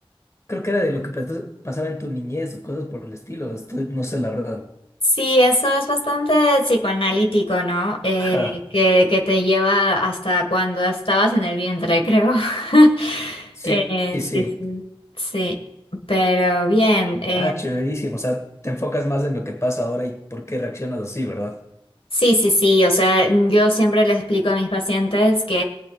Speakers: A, on the left; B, on the left.
A: Creo que era de lo que pas- pasaba en tu niñez o cosas por el estilo. Estoy, no sé la verdad.
B: Sí, eso es bastante psicoanalítico, ¿no? Eh,
A: Ajá.
B: que, que te lleva hasta cuando estabas en el vientre, creo. <laughs>
A: Sí,
B: Eh,
A: sí, sí.
B: sí, sí. Sí, pero bien. eh,
A: Ah, chéverísimo. O sea, te enfocas más en lo que pasa ahora y por qué reaccionas así, ¿verdad?
B: sí, sí, sí. O sea, yo siempre le explico a mis pacientes